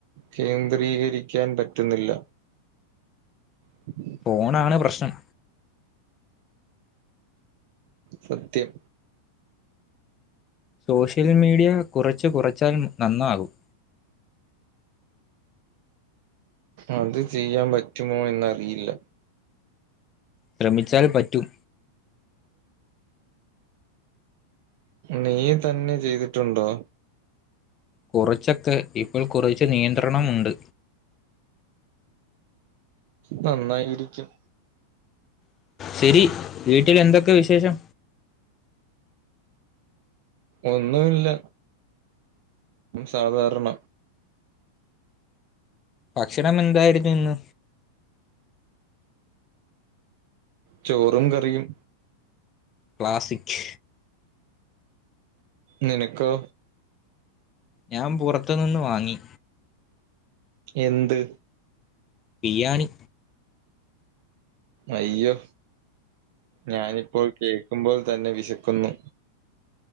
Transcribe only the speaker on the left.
ഫോണാണ് പ്രശ്നം
സോഷ്യൽ മീഡിയ കുറച്ചു കുറച്ചാലും നന്നാകും
ശ്രമിച്ചാൽ പറ്റും
കുറച്ചൊക്കെ ഇപ്പോൾ കുറച്ച് നിയന്ത്രണംമുണ്ട്
ശരി വീട്ടിൽ എന്തൊക്കെ വിശേഷം
ഭക്ഷണം എന്തായിരുന്നുന്ന്
ക്ലാസിക്
ഞാൻ പോറത്തു നിന്ന് വാങ്ങി
ബിരിയാണി